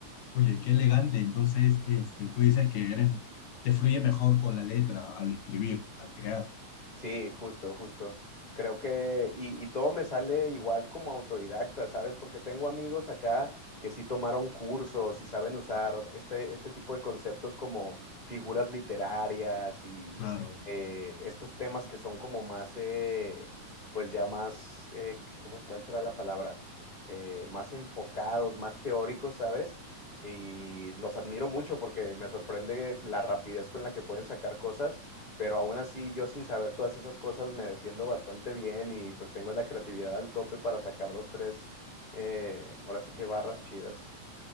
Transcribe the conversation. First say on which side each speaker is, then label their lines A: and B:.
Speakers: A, on the left; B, on the left.
A: Oye, qué elegante. Entonces, este, tú dices que eres, te fluye mejor con la letra al escribir, al crear.
B: Sí, justo, justo. Creo que, y, y todo me sale igual como autodidacta, ¿sabes? Porque tengo amigos acá que sí tomaron cursos y saben usar este, este tipo de conceptos como figuras literarias y
A: Claro.
B: eh, estos temas que son como más, eh, pues ya más, eh, ¿cómo, es- cuál será la palabra? Eh, más enfocados, más teóricos, ¿sabes? Y los admiro mucho porque me sorprende la rapidez con la que pueden sacar cosas pero aún así yo sin saber todas esas cosas me defiendo bastante bien y pues tengo la creatividad al tope para sacar dos, tres, eh, ahora sí que barras chidas.